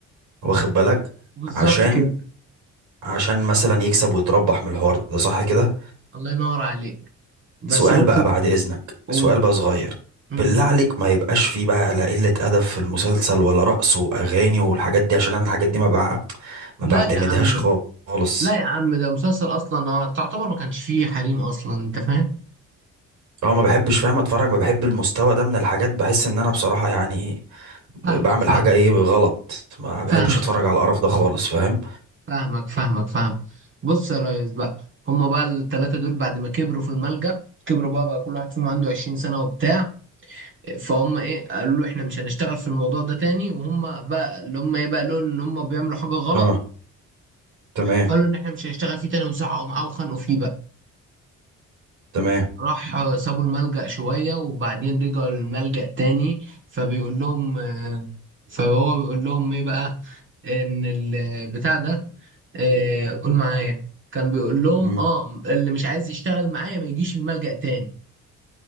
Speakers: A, on the right; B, on the right.
A: واخد بالك
B: بالظبط
A: عشان
B: كده
A: عشان مثلا يكسب ويتربح من الحوار ده صح كده
B: الله ينور عليك بس
A: سؤال
B: بص
A: بقى بعد إذنك
B: و...
A: سؤال بقى صغير
B: مم.
A: بالله عليك ما يبقاش فيه بقى لا قلة أدب في المسلسل ولا رقص وأغاني والحاجات دي عشان أنا الحاجات دي ما بع... ما
B: لا
A: بعتمدهاش
B: يا عم
A: خالص
B: لا يا عم ده مسلسل اصلا هو تعتبر ما كانش فيه حريم اصلا انت فاهم
A: اه ما بحبش فاهم اتفرج ما بحب المستوى ده من الحاجات بحس ان انا بصراحة يعني
B: فاهمك
A: بعمل
B: فاهم
A: حاجة ايه غلط ما
B: فاهمك
A: بحبش اتفرج على القرف ده خالص فاهم
B: فاهمك فاهمك فاهم بص يا ريس بقى هما بقى الثلاثه دول بعد ما كبروا في الملجأ كبروا بقى بقى كل واحد فيهم عنده 20 سنه وبتاع فهم ايه قالوا له احنا مش هنشتغل في الموضوع ده تاني وهم بقى اللي هم ايه بقى لون ان هم بيعملوا حاجه غلط
A: اه تمام
B: فقالوا ان احنا مش هنشتغل فيه تاني وزعقوا معاه وخانقوا فيه بقى
A: تمام
B: راح سابوا الملجأ شوية وبعدين رجعوا الملجأ تاني فبيقول لهم آه، فهو بيقول لهم ايه بقى ان البتاع ده آه، قول معايا كان بيقول لهم
A: مم.
B: اه اللي مش عايز يشتغل معايا ما يجيش الملجأ تاني